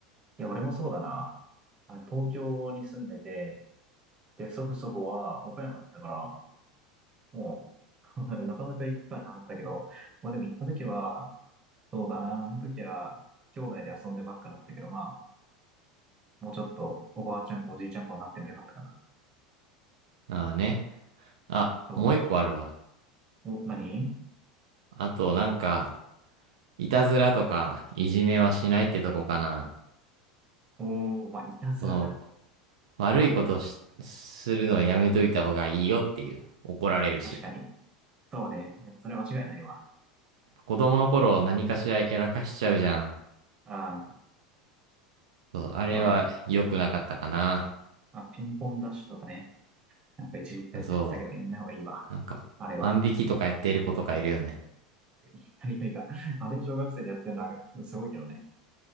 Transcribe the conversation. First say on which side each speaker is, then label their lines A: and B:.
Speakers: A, on the right (about 30°); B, on the right (about 70°).
A: いや、俺もそうだな。あの東京に住んでて、で、祖父祖母は岡山だったから、もう、<laughs> なんかなかなか行く機会なかったけど、まあでも行った時は、そうだな、あの時は、兄弟で遊んでばっかだったけど、まあ、もうちょっと、おばあちゃん子、おじいちゃん子になってもよかったかな。
B: ああね。あ、
A: そ
B: もう一個あるわ。
A: う。お、何
B: あと、なんか、いたずらとか、いじめはしないってとこかな。
A: おー、まあ、いたずらか。
B: その、悪いことし、
A: うん、
B: するのはやめといた方がいいよっていう。怒られるし。
A: 確かに。そうね。それは間違いないわ。
B: 子供の頃何かしらやらかしちゃうじゃん。
A: うん、
B: そう、あれは良くなかったかな。
A: そうね。まあ、ピンポンダッシュとかね。なんか一時期やってやってたけど、
B: あ、そ
A: やんない方がいいわ。
B: う。なんか、
A: あれは。
B: 万引きとかやっている子とかいるよね。
A: やりたいた。あれ、小学生でやってるのはすごいけどね。